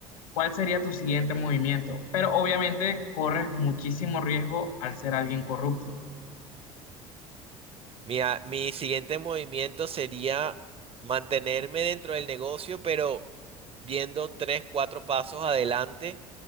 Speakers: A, on the left; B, on the right.
A: ¿Cuál sería tu siguiente movimiento? Pero obviamente corres muchísimo riesgo al ser alguien corrupto.
B: Mi, a- mi siguiente movimiento sería mantenerme dentro del negocio, pero viendo tres, cuatro pasos adelante,